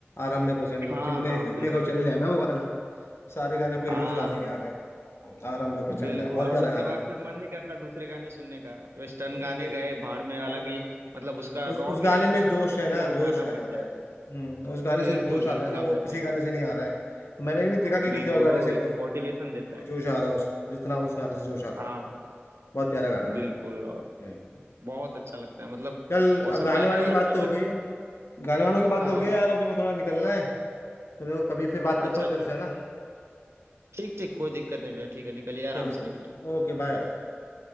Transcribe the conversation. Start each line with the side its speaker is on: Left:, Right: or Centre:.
Left: आरंभ प्रचंड है
Right: हाँ
Left: जिम में
Right: हाँ
Left: जिम
Right: बिल्कुल
Left: में को चल जाए ना वो गाना सारे गाने फील
Right: हाँ
Left: उस गाने
Right: हाँ
Left: के आ गए आरंभ प्रचंड
Right: बिल्कुल
Left: है बहुत
Right: और
Left: प्यारा
Right: उसके
Left: गाना
Right: बाद
Left: है
Right: फिर मन नहीं करता दूसरे गाने सुनने का वेस्टर्न
Left: अरे
Right: गाने गए भाड़ में अलग
Left: अरे
Right: ही मतलब उसका
Left: उस
Right: रॉ
Left: उस गाने
Right: भी अलग
Left: में
Right: है एकदम
Left: जोश है ना
Right: अगर वो
Left: जोश
Right: गाना
Left: आ जाता
Right: बज जाए
Left: है हम्म
Right: तो
Left: उस गाने से
Right: बिल्कुल
Left: जो जोश आता
Right: बिल्कुल
Left: है ना
Right: आपने
Left: वो किसी
Right: सही
Left: गाने
Right: कहा
Left: से नहीं आ रहा है मैंने भी नहीं देखा कि
Right: बिल्कुल
Left: किसी और गाने
Right: वो
Left: से अभी
Right: एक
Left: तक
Right: मोटिवेशन देता
Left: कोई
Right: है
Left: जोश आ रहा हो उस- जितना उस गाने से जोश आता
Right: हाँ
Left: है बहुत प्यारा गाना है भाई
Right: बिल्कुल
Left: हम्म।
Right: बहुत अच्छा लगता है मतलब
Left: चल
Right: वो
Left: अब
Right: सब
Left: गाने
Right: गाने
Left: वाने की
Right: अच्छा
Left: बात तो
Right: भी लगता
Left: हो गई है
Right: है
Left: गाने वानों की बात
Right: हाँ
Left: तो हो
Right: हाँ
Left: गई है यार अब मेरे को थोड़ा निकलना है तो देखो कभी फिर बात
Right: अच्छा
Left: करता हूँ
Right: अच्छा
Left: तेरे से है ना
Right: ठीक ठीक कोई दिक्कत नहीं भैया ठीक है निकलिए आराम
Left: चलो तो
Right: से निकलिए
Left: ओके बाय बाय